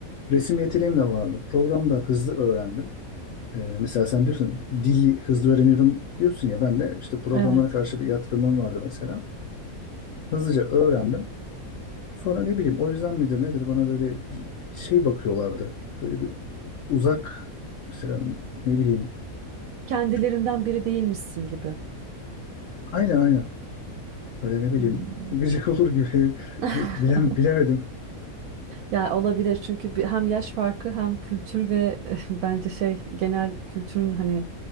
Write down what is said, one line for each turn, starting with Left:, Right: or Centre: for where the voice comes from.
Left: resim yeteneğim de vardı. Programda hızlı öğrendim. E, mesela sen diyorsun dili hızlı öğreniyorum diyorsun ya ben de işte programlara
Right: evet
Left: karşı bir yatkınlığım vardı mesela. Hızlıca öğrendim. Sonra ne bileyim o yüzden midir nedir bana böyle bir şey bakıyorlardı. Böyle bir uzak mesela ne bileyim.
Right: kendilerinden
Left: Çok-
Right: biri değilmişsin gibi.
Left: Aynen aynen. Böyle ne bileyim
Right: Hmm.
Left: <laughs> gıcık olur gibi <laughs>
Right: <laughs>
Left: Bil- bilem, bilemedim.
Right: Ya olabilir çünkü bir- hem yaş farkı hem kültür ve <laughs> bence şey genel kültürün hani